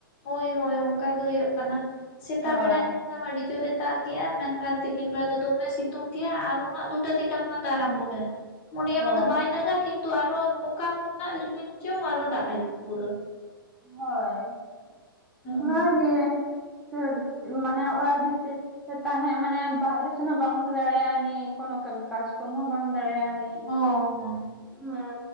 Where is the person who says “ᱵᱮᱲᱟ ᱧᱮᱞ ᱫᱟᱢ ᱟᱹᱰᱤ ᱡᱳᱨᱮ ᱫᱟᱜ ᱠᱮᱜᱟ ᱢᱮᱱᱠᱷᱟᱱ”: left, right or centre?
Left